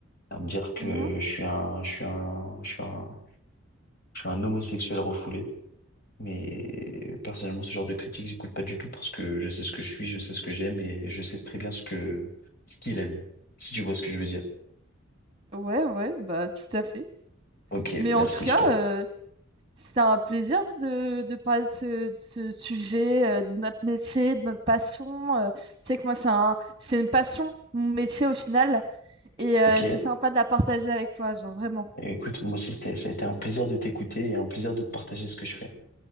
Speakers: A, on the left (about 45°); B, on the right (about 25°).
A: à me dire que
B: mhm.
A: je suis un, je suis un, je suis un, je suis un homosexuel refoulé. Mais personnellement, ce genre de critique, j'écoute pas du tout parce que je sais ce que je suis, je sais ce que j'aime et je sais très bien ce que, ce qu'il aime, si tu vois ce que je veux dire.
B: Ouais, ouais, bah tout à fait.
A: Ok,
B: Mais
A: merci,
B: en tout cas,
A: je te.
B: euh, c'était un plaisir de, de parler de ce, de ce sujet, euh, de notre métier, de notre passion. euh. tu sais que moi, c'est un, c'est une passion, mon métier au final. Et euh,
A: Ok.
B: c'est sympa de la partager avec toi, genre vraiment.
A: Et écoute, moi aussi, c'était, ça a été un plaisir de t'écouter et un plaisir de te partager ce que je fais.